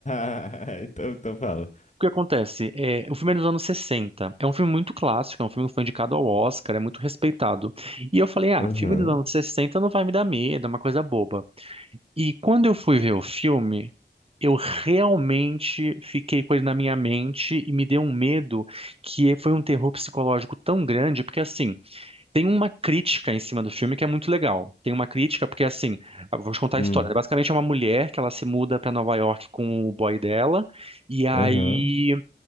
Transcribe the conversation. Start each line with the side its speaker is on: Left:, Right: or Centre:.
Left: <laughs> então, então fala.
Right: que acontece? É, o filme é dos anos 60. É um filme muito clássico, é um filme que foi indicado ao Oscar, é muito respeitado. E eu falei, ah,
Left: Aham.
Right: filme dos anos 60 não vai me dar medo, é uma coisa boba. E quando eu fui ver o filme, eu realmente fiquei com ele na minha mente e me deu um medo que foi um terror psicológico tão grande, porque assim, Tem uma crítica em cima do filme que é muito legal. Tem uma crítica porque, assim, vamos contar
Left: Hum.
Right: a história. né? Basicamente é uma mulher que ela se muda para Nova York com o boy dela, e aí
Left: Aham.